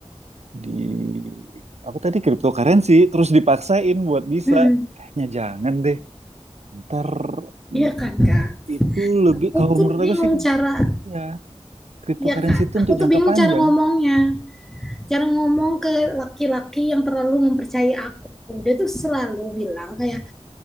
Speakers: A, on the right; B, in the centre.
A: di apa tadi cryptocurrency terus dipaksain buat bisa,
B: hmm.
A: ya jangan deh. Ntar mm,
B: iya kan kak
A: itu lebih
B: aku
A: kalau
B: tuh
A: menurut
B: bingung
A: aku sih
B: cara
A: ya cryptocurrency
B: ya kan
A: itu
B: aku
A: untuk
B: tuh
A: jangka
B: bingung
A: panjang
B: cara ngomongnya cara ngomong ke laki-laki yang terlalu mempercayai aku dia tuh selalu bilang kayak